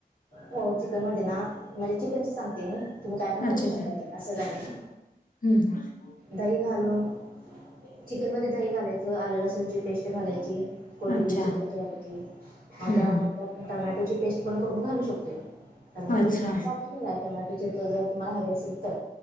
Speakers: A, on the right; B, on the left.
A: हो चिकन मध्ये ना म्हणजे चिकन सांगते मी तुम्ही काय पण करू
B: अच्छा अच्छा
A: शकता का असं काय नाही
B: हम्म
A: दही घालून चिकन मध्ये दही घालायचं आलं लसूणची पेस्ट घालायची कोथिंबीरची
B: अच्छा
A: पेस्ट घालायची. ह
B: हम्म
A: त्यामध्ये
B: हम्म
A: आपण टमॅटोची पेस्ट पण करून घालू शकते. टमॅटो
B: अच्छा.
A: ऑप्शनल आहे टमॅटोचे त जर तुम्हाला हवे असेल तर